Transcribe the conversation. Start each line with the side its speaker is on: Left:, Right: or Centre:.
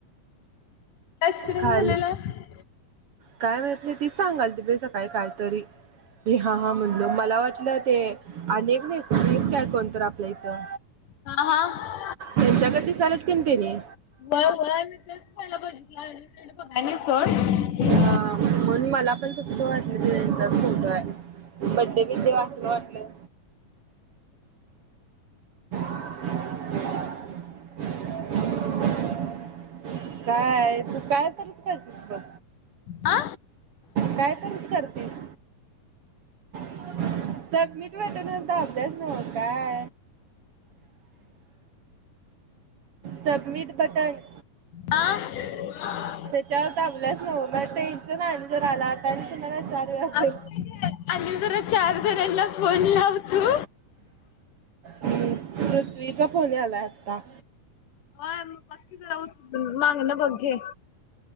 Left: कुठे असिसिडेन्ट
Right: खाली
Left: झालेला हाई,
Right: काय माहिती नाही तीच सांगाल ती बे सकाळी कायतरी. मी हा हा म्हणलो मला वाटलं ते अनेक नाही स् काय कोण तर आपल्या इथं,
Left: हा हा
Right: त्यांच्या गत दिसलेत ते की त्यांनी,
Left: होय होय तिथेच पहिला बघितला आणि सोड,
Right: हा म्हणून मला पण कस वाटलं तेन चाच फोटो आहे बड्डे बिड्डे असाल वाटलं? <unintelligible> <unintelligible> तू काय तू काय तरीच करतेस बघ
Left: आ
Right: कायतरीच कर! तस <unintelligible> सबमिट वेटेनन्स चा अभ्यास नव काय, सबमिट बटन,
Left: आं हा,
Right: विचार दाबल्याच नव्ह मग टेन्शन आलं जर आल तर आता मला चार. वेळा बोल
Left: आणि जरा चार जणांना फोन लाव तू,
Right: पृथ्वीचा फोन यालाय आता,
Left: होय बग जाऊन मागना बघ घे,